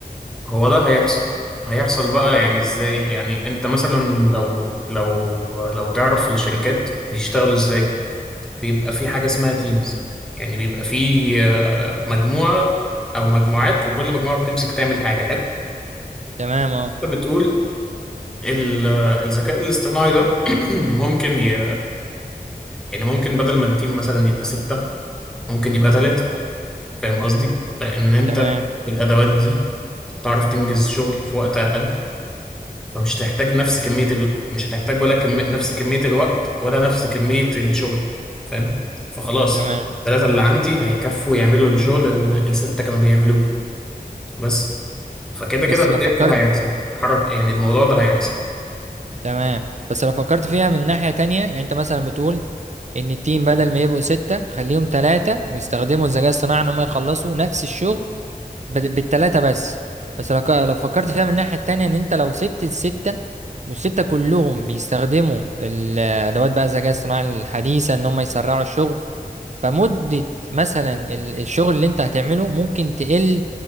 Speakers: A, in the centre; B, on the right (about 50°).
A: هو ده هيحصل هيحصل بقى يعني ازاي يعني انت مثلا لو لو لو تعرف في الشركات بيشتغلوا ازاي بيبقى في حاجة اسمها تيمز يعني بيبقى في آه، مجموعة او مجموعات وكل مجموعة بتمسك تعمل حاجة حلو
B: تمام أه
A: انت بتقول ال- الذكاء الاصطناعي ده <clears throat> ممكن ي... يعني ممكن بدل ما التيم مثلا يبقى ستة ممكن يبقى ثلاثة فاهم قصدي؟ لأن أنت
B: تمام
A: بالأدوات دي تعرف تنجز شغل في وقت أقل فمش هتحتاج نفس كمية ال... مش هتحتاج ولا كم... نفس كمية الوقت ولا نفس كمية الشغل فاهم؟ فخلاص
B: تمام
A: الثلاثة اللي عندي هيكفوا يعملوا الشغل اللي الستة كانوا بيعملوه بس فكده كده
B: بس
A: أنا
B: لو فكرت
A: شايف ده هيحصل حرك يعني الموضوع ده هيحصل
B: تمام بس لو فكرت فيها من ناحية تانية يعني أنت مثلا بتقول إن التيم بدل ما يبقوا ستة خليهم تلاتة ويستخدموا الذكاء الاصطناعي إن هم يخلصوا نفس الشغل بت- بالتلاتة بس بس لو ك- لو فكرت فيها من الناحية التانية ان انت لو سبت الستة والستة كلهم بيستخدموا الادوات بقى الذكاء الصناعي الحديثة ان هم يسرعوا الشغل فمدة مثلا ال- الشغل اللي انت هتعمله ممكن تقل